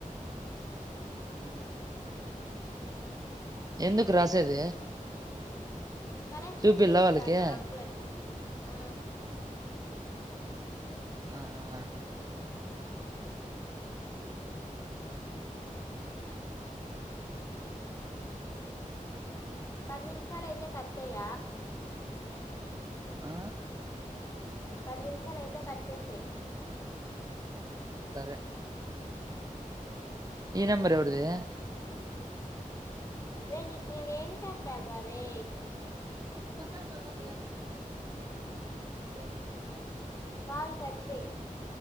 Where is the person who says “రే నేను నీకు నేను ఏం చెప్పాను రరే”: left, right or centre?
Left